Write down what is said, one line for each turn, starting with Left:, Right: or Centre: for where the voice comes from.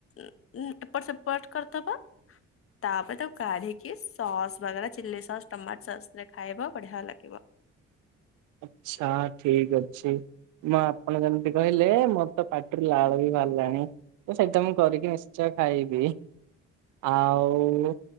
Left: ଉଁ ଉଁ ଏପଟ ସେପଟ କରିଦବ। ତପରେ ତାକୁ କାଢ଼ି କି ସସ୍ ବାଗେରା ଚିଲି ସସ୍ ଟମାଟୋ ସସ୍ ରେ ଖାଇବ ବଢ଼ିଆ ଲାଗିବ।
Right: ଆଚ୍ଛା ଠିକ୍ ଅଛି। ମୁଁ ଆପଣ ଯେମିତି କହିଲେ ମୋର ତ ପାଟିରୁ ଲାଳ ବି ଭାରଲାଣି। ତ ସେଇଟା ମୁଁ କରିକି ନିଶ୍ଚୟ ଖାଇବି। ଆଉ